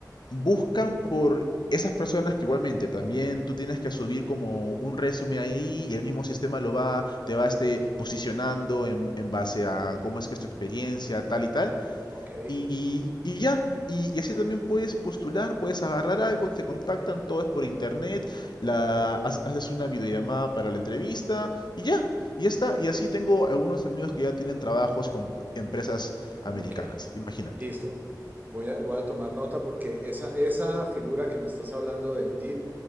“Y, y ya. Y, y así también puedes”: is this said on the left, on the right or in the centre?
Left